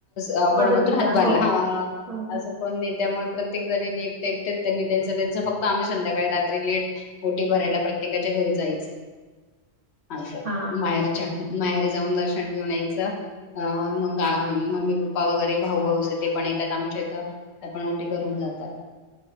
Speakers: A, on the left; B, on the right.
A: आपण
B: मदतीला.
A: म्हणतो ना हातभार
B: हो.
A: लावायला. ह
B: हां, हां.
A: अस कोनी नाही. त्यामुळे प्रत्येक जणनी एकटे एकटे त्यांनी त्यांच त्यांच फक्त आम्ही संध्याकाळी रात्री लेट ओटी भरायला प्रत्येकाच्या घरी जायच. अ
B: हा
A: माहेरच्या. माहेरी जाऊन दर्शन घेऊन यायचं, अ मग मम्मी पप्पा वगैरे भाऊ भाऊजेते पण येतात, आमच्या इथ. त्या पण ओटी भरून जातात,